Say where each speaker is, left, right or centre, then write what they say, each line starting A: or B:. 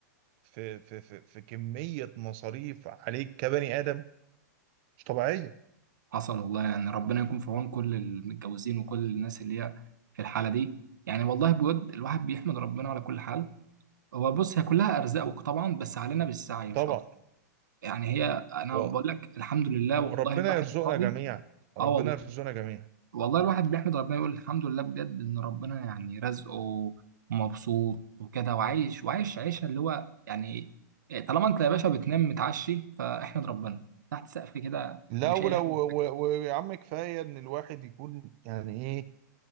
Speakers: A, on the right; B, on the right.
A: في في في في كمية مصاريف عليك كبني آدم مش طبيعية
B: حصل والله يعني ربنا يكون في عون كل المتجوزين وكل الناس اللي هي في الحالة دي يعني والله بود الواحد بيحمد ربنا على كل حال هو بص هي كلها أرزاق طبعا بس علينا بالسعي مش
A: طبعا
B: أكتر يعني هي أنا
A: ورب
B: بقول لك الحمد لله والله
A: ربنا
B: الواحد
A: يرزقنا
B: راضي
A: جميعا ربنا
B: اه والله
A: يرزقنا جميعا
B: والله الواحد بيحمد ربنا يقول الحمد لله بجد ان ربنا يعني رزقه ومبسوط وكده وعايش وعايش عيشه اللي هو يعني طالما انت يا باشا بتنام متعشي فاحمد ربنا تحت سقف كده
A: لا
B: وشايل
A: ولو
B: هم
A: و- ويا عم كفايه ان الواحد يكون يعني ايه